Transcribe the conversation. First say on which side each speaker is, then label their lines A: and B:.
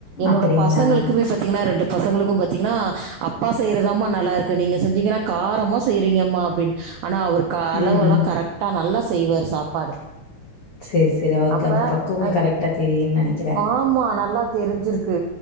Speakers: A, on the right (about 85°); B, on the left (about 65°).
A: என்னோட
B: அப்டிங்களா
A: பசங்களுக்குமே பாத்தீங்கனா ரெண்டு பசங்களுக்கு பாத் தீங்கன்னா அப்பா செய்யறதாம்மா நல்லா இருக்கு நீங்க செஞ்சிங்கனா காரமா செய்றீங்கம்மா அப்டின்னு ஆனா அவரு க அளவுலா
B: ம்
A: கரெக்டா நல்லா செய்வாரு சாப்பாடு
B: சேரி சேரி அவருக்கு
A: அப்ப
B: அந்த பக்குவோ
A: அ
B: கரெக்டா தெரியுன்னு நெனைக்கிறே
A: ஆமா நல்லா தெரிஞ்சிருக்கு